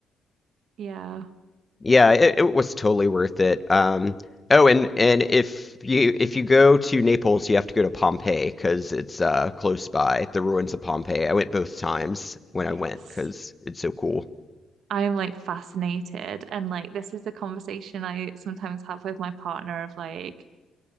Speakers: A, on the right (about 70°); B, on the left (about 20°).
A: yeah.
B: Yeah, it, it was totally worth it. Um, oh, and and if you if you go to Naples, you have to go to Pompeii because it's uh, close by, the ruins of Pompeii. I went both times when I
A: Yes.
B: went because it's so cool.
A: I am like fascinated. And like, this is the conversation I sometimes have with my partner of like,